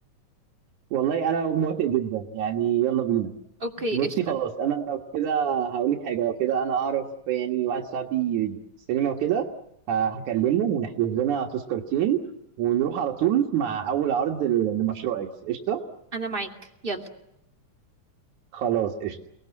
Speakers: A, on the right (about 80°); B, on the right (about 20°).
A: والله انا موافق جدا يعني يلا بينا
B: أوكي
A: بصي
B: قشطة
A: خلاص انا لو كده هقول لك حاجه لو كده انا اعرف يعني واحد صاحبي في السينما وكده ه- هكلمه ونحجز لنا تذكرتين ونروح على طول مع اول عرض ل- لمشروع اكس قشطه
B: أنا معاك يلا
A: خلاص قشطه